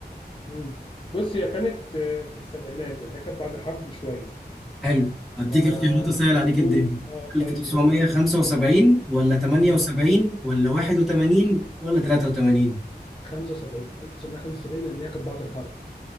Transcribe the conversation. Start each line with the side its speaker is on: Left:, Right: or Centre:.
Left: مم. بص هي كانت آه، في السبعينات يعني هي كانت بعد الحرب بشوية
Centre: حلو هديك
Left: ف
Centre: اختيارات أسهل عليك
Left: قول
Centre: الدنيا
Left: اه طيب
Centre: 1975
Left: يا ريت
Centre: ولا 78
Left: مم.
Centre: ولا 81 ولا 83
Left: 75 1975 لأن هي كانت بعد الحرب